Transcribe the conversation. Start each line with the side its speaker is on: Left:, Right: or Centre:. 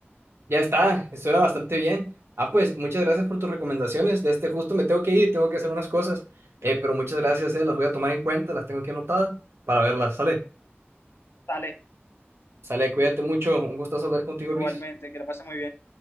Right: Ya está, Estuvo bastante bien. Ah, pues muchas gracias por tus recomendaciones. De este justo me tengo que ir, tengo que hacer unas cosas. Eh, pero muchas gracias, eh, las voy a tomar en cuenta, las tengo aquí anotadas para verlas. Sale,
Left: Dale,
Right: sale, cuídate mucho. Un gusto hablar contigo,
Left: igualmente,
Right: Luis.
Left: que la pases muy bien.